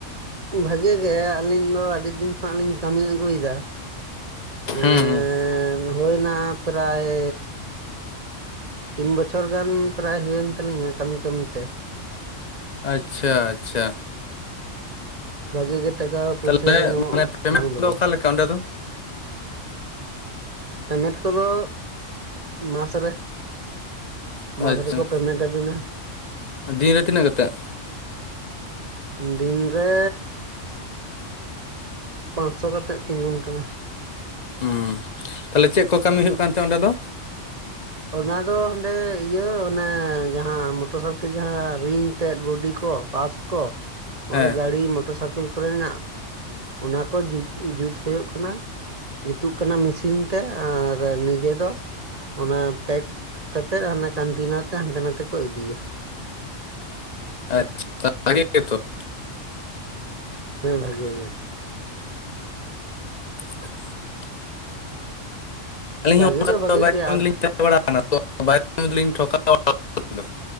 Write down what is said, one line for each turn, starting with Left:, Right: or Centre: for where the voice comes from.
Right: ᱵᱷᱟᱜᱮ ᱜᱮ ᱟᱹᱞᱤᱧ ᱫᱚ ᱟᱹᱰᱤ. ᱫᱤᱱ ᱠᱷᱚᱱᱟᱜ ᱞᱤᱧ ᱠᱟᱹᱢᱤ ᱟᱹᱜᱩᱭ ᱫᱟ᱾
Left: ᱦᱩᱸ
Right: ᱮᱸᱜᱻ
Left: ᱦᱩᱸ
Right: ᱦᱩᱭᱱᱟ ᱯᱨᱟᱭ ᱛᱤᱱ ᱵᱚᱪᱷᱚᱨ ᱜᱟᱱ ᱯᱨᱟᱭ ᱦᱩᱭᱮᱱ ᱛᱟᱞᱤᱧᱟ ᱠᱟᱹᱢᱤ ᱠᱟᱹᱢᱤ ᱛᱮ
Left: ᱟᱪᱪᱷᱟ ᱟᱪᱪᱷᱟ
Right: <unintelligible> ᱵᱷᱟᱹᱜᱤ ᱜᱮ ᱴᱟᱠᱟ ᱯᱩᱭᱥᱟ
Left: ᱛᱟᱦᱚᱞᱮ
Right: ᱠᱚ ᱧᱟᱢᱚᱜᱼᱟ
Left: ᱢᱟᱱᱮ ᱯᱮᱢᱮᱱᱴ
Right: ᱵᱟᱝ
Left: ᱠᱚᱫᱚ
Right: ᱫᱚ ᱵᱟᱝ
Left: ᱚᱠᱟ ᱚᱸᱰᱮ ᱫᱚ
Right: ᱯᱮᱢᱮᱱᱴ ᱠᱚᱫᱚ ᱢᱟᱥᱨᱮ
Left: ᱟᱪᱪᱷᱟ
Right: ᱢᱟᱥ ᱨᱮᱠᱚ ᱯᱮᱢᱮᱱᱴ ᱟᱹᱵᱤᱱᱟ᱾
Left: ᱫᱤᱱ ᱨᱮ ᱛᱤᱱᱟᱹᱜ ᱠᱟᱛᱮᱜ?
Right: ᱫᱤᱱᱨᱮᱻ ᱯᱟᱸᱥᱥᱚ ᱠᱟᱛᱮᱜ ᱛᱤᱸᱜᱩᱱ ᱠᱟᱱᱟ᱾
Left: ᱦᱩᱸᱻ, ᱛᱟᱦᱚᱞᱮ, ᱪᱮᱫ ᱠᱚ ᱠᱟᱹᱢᱤ ᱦᱩᱭᱩᱜ ᱠᱟᱱ ᱛᱟᱦᱮᱸᱱᱟ ᱚᱸᱰᱮ ᱫᱚ?
Right: ᱚᱱᱟ ᱫᱚ, ᱦᱟᱸᱰᱮ ᱤᱭᱟᱹ ᱚᱱᱮ ᱡᱟᱦᱟᱸ ᱢᱚᱴᱚᱨ ᱥᱟᱨᱠᱮᱞ ᱡᱟᱦᱟᱸ ᱨᱤᱝ ᱛᱮᱫ ᱵᱚᱰᱤ ᱠᱚ ᱯᱟᱥ ᱠᱚ, ᱦᱚᱸᱚᱭ
Left: ᱦᱮᱸ
Right: ᱢᱚᱴᱟᱨ ᱥᱟᱨᱠᱮᱞ ᱠᱚᱨᱮᱱᱟᱜ, ᱚᱱᱟ ᱠᱚ ᱡᱩᱛ ᱦᱩᱭᱩᱜ ᱠᱟᱱᱟ ᱾ ᱡᱩᱛᱚᱜ ᱠᱟᱱᱟ ᱢᱮᱥᱤᱱ ᱛᱮ, ᱟᱨ ᱱᱤᱡᱮ ᱫᱚ ᱚᱱᱟ ᱯᱮᱠ ᱠᱟᱛᱮᱫ, ᱚᱱᱟ ᱠᱟᱱᱴᱤᱱᱟᱨ ᱛᱮ ᱦᱟᱱᱛᱮ ᱱᱟᱛᱮ ᱠᱚ ᱤᱫᱤᱭᱟ ᱾
Left: ᱟᱪᱪᱷᱟ <unintelligible> ᱛᱚ ᱵᱷᱟᱜᱮ ᱜᱮ ᱛᱚ ᱾
Right: ᱦᱮᱸ ᱵᱷᱟᱜᱮ ᱜᱮ ᱾
Left: <inaudible> ᱟᱹᱞᱤᱧ
Right: ᱵᱷᱟᱜᱮ
Left: ᱦᱚᱸ ᱚᱱᱠᱟ
Right: ᱫᱚ ᱵᱷᱟᱜᱮ
Left: ᱵᱟᱭᱨᱮ
Right: ᱜᱮᱭᱟ
Left: ᱨ ᱛᱟᱦᱮ ᱠᱟᱱᱟ <unintelligible> ᱛᱟᱦᱮᱸ ᱵᱟᱲᱟ ᱠᱟᱱᱟ ᱛᱚ, ᱵᱟᱦᱮᱨᱮ ᱨᱮᱞᱤᱧ ᱴᱷᱚᱠᱟ ᱵᱟᱲᱟ ᱠᱟᱱᱟ